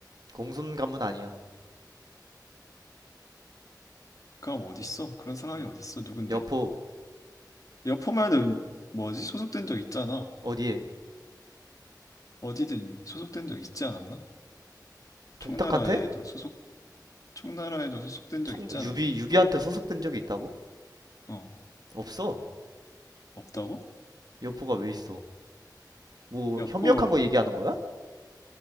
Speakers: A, on the right (about 65°); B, on the left (about 50°).
A: 공손 가문 아니야.
B: 그럼 어딨어? 그런 사람이
A: 음.
B: 어딨어? 누군데?
A: 여포
B: 여포면은 뭐지 소속된 적 있잖아.
A: 어디에?
B: 어디든 소속된 적 있지 않았나? 총나라에도
A: 동탁한테?
B: 소속 총나라에도 소속된
A: 청
B: 적 있지
A: 유비
B: 않았나?
A: 유비한테 소속된 적이 있다고?
B: 어
A: 없어.
B: 없다고?
A: 여포가 왜 있어? 뭐
B: 여포
A: 협력한 거 얘기하는 거야?